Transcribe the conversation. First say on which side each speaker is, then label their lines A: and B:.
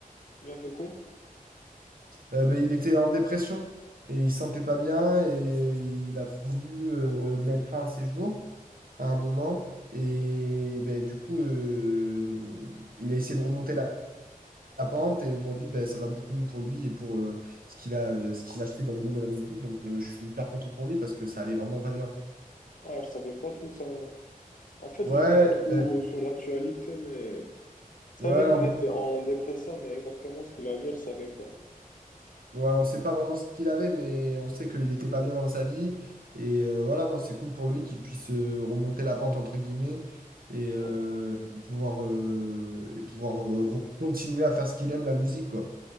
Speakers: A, on the left (about 60°); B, on the right (about 75°).
A: Il a fait quoi?
B: Euh, bah, il était en dépression et il se sentait pas bien et il a voulu euh, mettre fin à ses jours à un moment. Et bah, du coup, euh, il a essayé de remonter la la pente et aujourd'hui, ben, ça va beaucoup mieux pour lui et pour euh, ce qu'il a, euh, ce qu'il a fait dans le monde de la musique. Donc, euh, je suis hyper content pour lui parce que ça allait vraiment pas bien.
A: Ah, je savais pas tout ça. moi. En fait,
B: Ouais,
A: je lis pas trop
B: ouais,
A: sur l'actualité, mais je
B: ouais,
A: savais qu'il
B: en gros,
A: était en dépression, mais exactement ce qu'il avait, je savais pas.
B: ouais, on sait pas vraiment ce qu'il avait, mais on sait qu'il était pas bien dans sa vie. Et euh, voilà, non, c'est cool pour lui qu'il puisse euh, remonter la pente, entre guillemets, et, euh,
A: Ouais.
B: et pouvoir, euh, et pouvoir euh, re- continuer à faire ce qu'il aime, la musique, quoi.